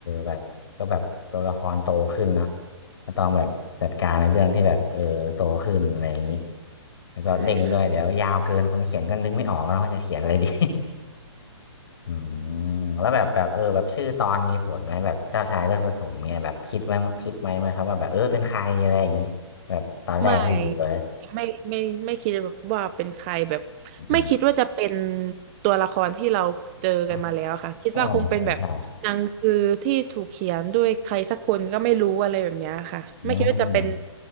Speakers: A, on the left; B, on the right.
A: แบบก็แบบตัวละครโตขึ้นเนาะก็ต้องแบบจัดการในเรื่องที่แบบเออโตขึ้นอะไรอย่างนี้
B: <laughs>
A: แล้วก็เร่งด้วยเดี๋ยวยาวเกินคนเขียนก็นึกไม่ออกแล้วว่าจะเขียนอะไรดี
B: ใช่ค่ะ
A: อืมแล้วแบบแบบเออแบบชื่อตอนมีผลไหมแบบเจ้าชายเลือดผสมเนี่ยแบบคิดไหมคิดไหมไหมครับว่าแบบเออเป็นใครอะไรอย่างนี้แบบตอนแรกที่ดูเลย
B: ไม่ไม่ไม่ไม่คิดว่าเป็นใครแบบ
A: อืม
B: ไม่คิดว่าจะเป็นตัวละครที่เราเจอกันมาแล้วค่ะคิดว่าคงเป็นแบบหนังสือที่ถูกเขียนด้วยใครสักคนก็ไม่รู้อะไรแบบเนี้ยค่ะไม่คิดว่าจะเป็น
A: อ๋ออ๋อใช่ใช่อืม